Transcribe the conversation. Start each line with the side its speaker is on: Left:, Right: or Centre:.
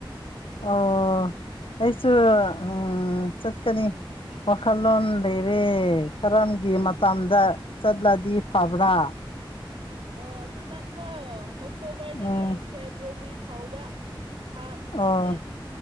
Left: ꯑꯣ ꯑꯩꯁꯨ ꯎꯝ ꯆꯠꯀꯅꯤ ꯋꯥꯈꯜꯂꯣꯟ ꯂꯩꯔꯦ ꯀꯔꯝꯒꯤ ꯃꯇꯝꯗ ꯆꯠꯂꯗꯤ ꯐꯕ꯭ꯔꯥ
Right: ꯑꯣ ꯑꯗꯨ ꯅꯪꯀꯣ ꯑꯣꯛꯇꯣꯕꯔꯗꯒꯤ
Left: ꯎꯝ
Right: ꯐꯦꯕ꯭ꯔꯋꯥꯔꯤ ꯐꯥꯎꯕ ꯐꯥ ꯐꯥꯕꯅꯤ
Left: ꯑꯣ